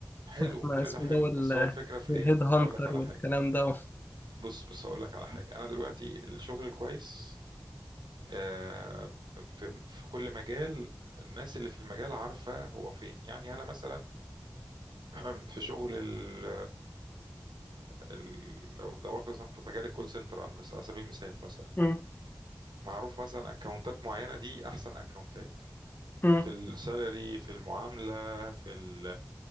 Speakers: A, on the right; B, on the left.
A: حلو
B: احنا
A: كل
B: اسمه
A: ده حلو
B: ده وال-
A: بس هو الفكرة في
B: والهيد
A: إيه؟
B: هانتر
A: أقول لك على
B: والكلام
A: حاجة
B: ده
A: بص بص أقول لك على حاجة أنا دلوقتي الشغل الكويس آه، في في كل مجال الناس اللي في المجال عارفة هو فين يعني أنا مثلا <clears throat> في شغل ال ال لو دورت مثلا في مجال الكول سنتر على مثلا على سبيل المثال مثلا
B: مم.
A: معروف مثلا اكونتات معينه دي احسن اكونتات
B: مم.
A: في السالري في المعامله في ال